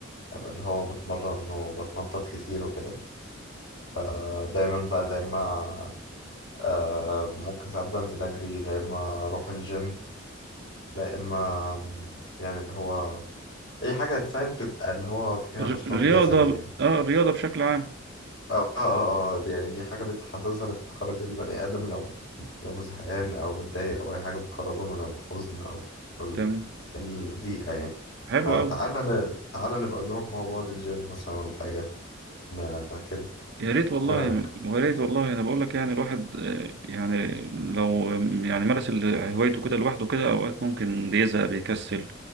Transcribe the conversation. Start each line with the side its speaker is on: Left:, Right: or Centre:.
Left: أبقى اللي هو بتمرن وبتنطط كتير وكده فدايما بقى لا إما آه، ممكن ساعات بنزل أجري لا إما أروح الجيم لا إما يعني اللي هو أي حاجة تفهم تبقى اللي هو فيها
Right: الر-
Left: نشاط
Right: الرياضة
Left: جسدي يعني
Right: اه الرياضة بشكل عام
Left: اه اه اه دي يعني دي حاجة بتحسسها بتخرج البني آدم لو لو زهقان أو متضايق أو أي حاجة بتخرجه من الحزن أو ال-
Right: تمام
Left: الضيقة يعني
Right: حلو
Left: فتعالى
Right: أوي
Left: ن... تعالى نبقى نروح مع بعض الجيم مثلا ولا حاجة ن- كده
Right: يا ريت والله
Left: إيه رأيك؟
Right: يا ريت والله انا بقول لك يعني الواحد آه، يعني لو يعني مارس ال- هوايته كده لوحده كده اوقات ممكن بيزهق بيكسل